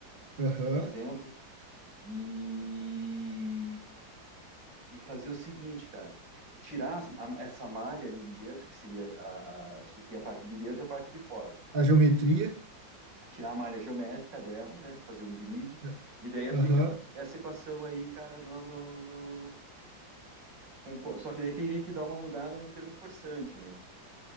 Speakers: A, on the right (about 30°); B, on the right (about 65°).
A: Aham.
B: por exemplo, e, e fazer o seguinte, cara, tirar as- a- essa malha ali de dentro, que seria a, a, a gente tem a parte de dentro e a parte de fora.
A: A geometria.
B: Tirar a malha geométrica dela, né? Fazer um grid,
A: né?
B: e daí aplicar
A: Aham.
B: essa equação aí, cara, no, no, no- com- só que daí teria que dar uma mudada no termo forçante, né?